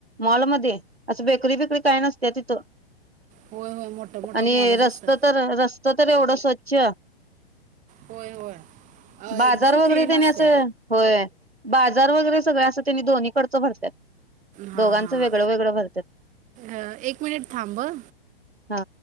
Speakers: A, on the right; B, on the right.
A: मॉलमध्ये असं बेकरी बिकरी काय नसत्या तिथं
B: होय होय मोठं मोठं
A: आणि
B: मॉलच असतात
A: रस्त तर रस्त तर एवढं स्वच्छ
B: होय होय अ, एकदम
A: बाजार वगैरे
B: क्लीन
A: त्यानी
B: असते
A: असं होय बाजार वगैरे सगळ असं त्यांनी दोन्ही खर्च भरत्यात
B: हा
A: दोघांचं
B: हा
A: वेगळं वेगळं भरत्यात
B: अ एक मिनिट थांब ह
A: हा